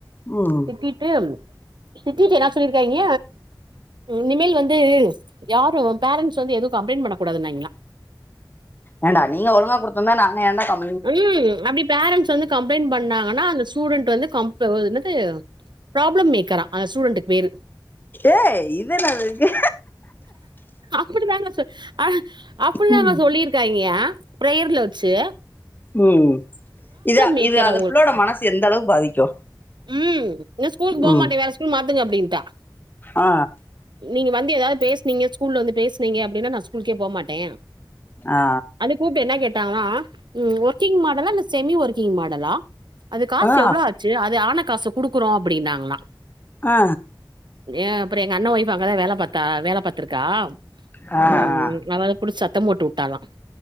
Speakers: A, on the left (about 25°); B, on the right (about 70°).
A: ம்
B: திட்டிட்டும் திட்டிட்டு என்னா சொல்லிருக்காங்க இனிமேல் வந்து யாரும் பேரண்டஸ் வந்து எதுவும் கம்ளைண்ட் பண்ணக்கூடாதுங்களா
A: ஏன்டா நீங்க ஒழுங்கா குடுத்துந்தா நாங்க ஏன்டா கம்ப்
B: உம் அப்டி பேரண்ட்ஸ் வந்து கம்ப்ளைண்ட் பண்ணாங்கன்னா அந்த ஸ்டூடெண்ட் வந்து கம்ப் என்னது ப்ராப்ளம் மேக்கரா அந்த ஸ்டூடெண்டுக்கு பேரு
A: ஏய் இது நல்லாருக்கு
B: அப்டிதாங்க சொ அஹ அப்டிதாங்க
A: ம்
B: சொல்லியிருக்காங்க பிரேயர்ல வெச்சு
A: உம் இதா
B: மேக்கரா
A: இது அது புள்ளோட மனசு எந்த அளவுக்கு பாதிக்கு
B: உம் இன்னு ஸ்கூலுக்கு போ
A: ம்
B: மாட்டே வேற ஸ்கூல் மாத்துங்க அப்டின்டா
A: ஆ
B: நீங்க வந்து எதாவது பேசனீங்க ஸ்கூல்ல வந்து பேசனீங்க அப்டின்னா நா ஸ்கூலுக்கே போமாட்டே
A: ஆ
B: அதுக்கு கூப்டு என்னா கேட்டாங்ளா ம் ஒர்க்கிங் மாடலா இல்ல செமி ஒர்கிங் மாடலா அதுக் காசு
A: ஆ
B: எவ்ளோ ஆச்சு அ து ஆன காசு குடுக்குறோ அப்டின்னாங்களா
A: ஆ
B: ஏ அப்பறோ எங்க அண்ண ஒய்ஃப் அங்கதான் வேல பாத்தா வேல பாத்திருக்கா
A: ஆ
B: உம்
A: ஆ
B: அவ அத புடுச்சு சத்தம் போட்டு வுட்டாலா